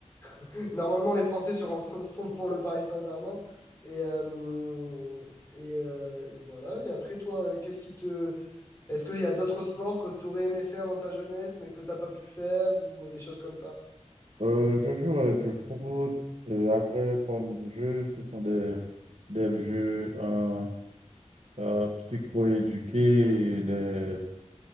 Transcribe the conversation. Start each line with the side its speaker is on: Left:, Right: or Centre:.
Left: <laughs> normalement les Français sur- <laughs> sont pour le Paris Saint-Germain. Et, euh, et, euh, et voilà. Et après toi, euh, qu'est-ce qui te... Est-ce qu'il y a d'autres sports que tu aurais aimé faire dans ta jeunesse mais que t'as pas pu faire ou euh, des choses comme ça?
Right: Euh, je joue euh, du foot et après, comme jeu, ce sont des, des jeux euh, euh, psychoéduqués, et des,